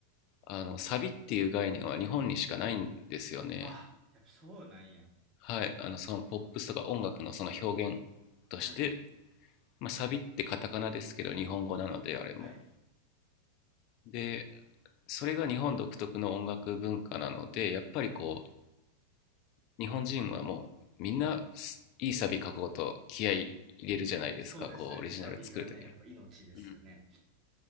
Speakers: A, on the left (about 40°); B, on the right (about 30°).
A: あの、サビっていう概念は日本にしかないんですよね。
B: あ、やっぱそうなんや。
A: はい。あの、そのポップスとか音楽のその表現として
B: はい。
A: まあ、サビってカタカナですけど日本語なのであれも
B: はい。
A: でそれが日本独特の音楽文化なのでやっぱりこう
B: はい。
A: 日本人はもうみんないいサビ書こうと気合い入れるじゃないですかこうオリジナル作るときに、
B: そうですね。サビがね、やっぱ命ですよね。
A: うん、